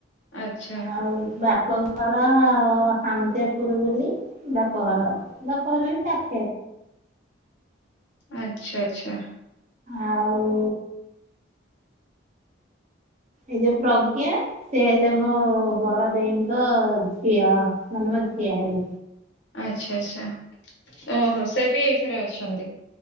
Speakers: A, on the left; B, on the right.
A: ଆଚ୍ଛା
B: ଆଉ ବାପଘ। ଘର ସାମଜ୍ଯାପୁରୁ ବୋଲି ବାପଘର, ବାପଘର ବି ଫେକ୍।
A: ଆଚଛା ଆଚ୍ଛା।
B: ଆଉ ଏଇ ଯୋ ପ୍ରଜ୍ଞା ସେ ହେଲେ ମୋ ବଡଦେଇଙ୍କ ଝିଅ ମାନେ ମୋ ଝିଆରି।
A: ଆଚ୍ଛା ଆଛା ଓହୋ ସେ ବି ଏଇଥିରେ ଅଛନ୍ତି।